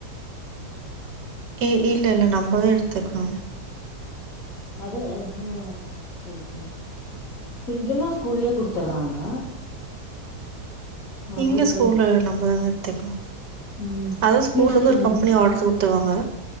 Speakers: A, on the right (about 80°); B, on the left (about 50°).
A: ஏ இல்லல்ல நம்பதா எடுத்துக்கனு
B: அது அ ஓ சேர்சேரி இங்கெல்லாம் ஸ்கூல்லயே குடுத்துர்றாங்க
A: இங்க
B: அங்க போய்
A: ஸ்கூல நம்மதாங்க எத்துக்கோம்
B: ம்
A: அதா ஸ்கூல
B: பீஸ்ல
A: வந்து
B: எப்டி
A: ஒரு கம்ப்னி ஆர்ட த்துருவாங்க